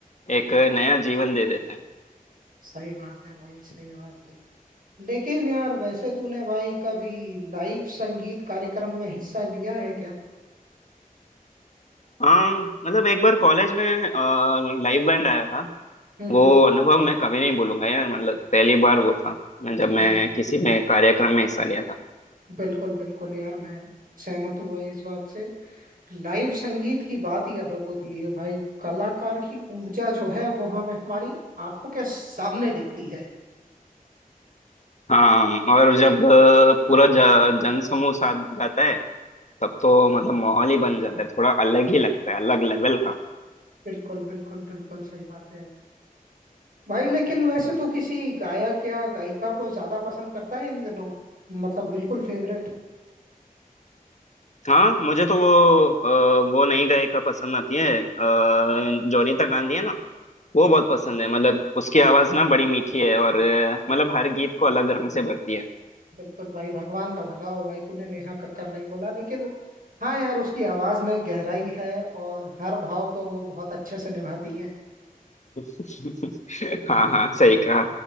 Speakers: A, on the left; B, on the right.
A: एक नया जीवन दे देते हैं
B: सही बात है भाई सही बात है लेकिन यार वैसे तूने भाई कभी लाइव संगीत कार्यक्रम में हिस्सा लिया है क्या
A: हाँ मतलब एक बार कॉलेज में लाइव बैंड आया था
B: हम्म
A: वो अनुभव मैं कभी नहीं भूलूंगा यार मतलब पहली बार वो था मैं- जब
B: हम्म,
A: मैं किसी में कार्यक्रम में हिस्सा लिया था
B: बिल्कुल बिल्कुल यार मैं सहमत हुआ इस बात से लाइव संगीत की बात ही अलग होती है भाई कलाकार की ऊर्जा जो है वो हमें हमारी आंखों के सामने दिखती है
A: हाँ और जब अ, पूरा ज- जनसमूह साथ जाता है तब तो मतलब माहौल ही बन जाता है थोड़ा अलग ही लगता है अलग लेवल का
B: बिल्कुल बिल्कुल बिल्कुल सही बात है भाई लेकिन वैसे तो किसी गायक या गायिका को ज्यादा पसंद करता है इन दिनों मतलब बिल्कुल फेवरेट
A: हाँ मुझे तो वो अ, वो नई गायिका पसंद आती है अ, जोनीता गांधी है ना वो बहुत पसंद है मतलब उसकी आवाज ना बड़ी मीठी है और अ, मतलब हर गीत को अलग रंग से भरती है
B: बिल्कुल भाई भगवान का भला हो भाई तूने नेहा कक्कर नहीं बोला लेकिन हाँ यार उसकी आवाज में गहराई है और हर भाव को वो बहुत अच्छे से निभाती है
A: <laughs> हाँ हाँ सही कहा